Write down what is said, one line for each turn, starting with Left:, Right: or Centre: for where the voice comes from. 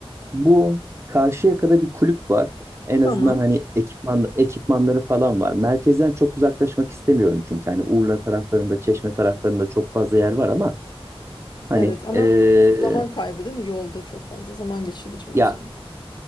Right: bu Karşıyaka'da bir kulüp var. En
Left: tamam.
Right: azından hani ekipman ekipmanları falan var. Merkezden çok uzaklaşmak istemiyorum çünkü hani Urla taraflarında, Çeşme taraflarında çok fazla yer var ama hani
Left: Evet ama
Right: eee,
Left: zaman kaybı değil mi? Yolda çok fazla zaman geçireceksin
Right: ya
Left: o zaman.